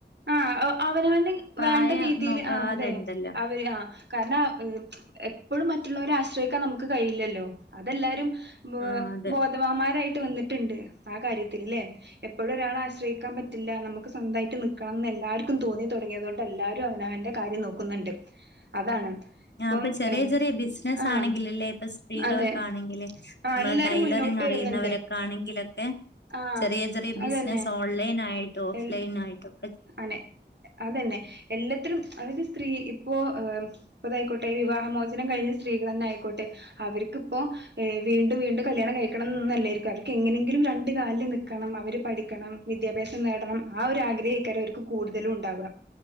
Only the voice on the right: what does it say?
ആഹ് അവനവന്
വേണ്ട രീതീൽ
ആ അതെ
അവര് ആ കാര്ണം ആ ഏ എപ്പളും മറ്റുള്ളോരെ ആശ്രയിക്കാൻ നമുക്ക് കഴയില്ലല്ലോ അതെല്ലാരും ബ്
ബോധവാമ്മാരായി ട്ട് വന്നിട്ടിണ്ട് ആ കാര്യത്തില് ലേ എപ്പഴും ഒരാളെ ആശ്രയിക്കാൻ പറ്റില്ല നമുക്ക് സ്വന്തായിട്ട് നി ക്കണംന്ന് എല്ലാർക്കും തോന്നി തൊടങ്ങിയതോണ്ട് എല്ലാരും അവനവന്റെ കാര്യം നോക്കുന്നിണ്ട് അതാണ്.
ഇപ്പം
ഏഹ്
ആഹ്
അതെ ആഹ്
എല്ലാരും
മുന്നോട്ട്
വരുന്നുണ്ട്
ആഹ്
അതന്നെ
എൽ
അനെ അതന്നെ എല്ലത്തിലും അതായത് സ്ത്രീ ഇപ്പോ ഹ് ഇപ്പതായിക്കോട്ടെ വിവാഹമോചനം കഴിഞ്ഞ സ്ത്രീകളെന്നായിക്കോട്ടെ അവര് ക്കിപ്പൊ ഏ വീണ്ടും വീണ്ടും കല്യാണം കഴിക്കണം ന്നല്ലായിരിക്കും അവർക്ക് എങ്ങനെങ്കിലും രണ്ട് കാല്ല് നിക്കണം അവര് പ ഠിക്കണം വിദ്യാഭ്യാസം നേടണം ആ ഒരു ആഗ്രഹേക്കാരൊ ര്ക്ക് കൂടുതലും ഉണ്ടാവ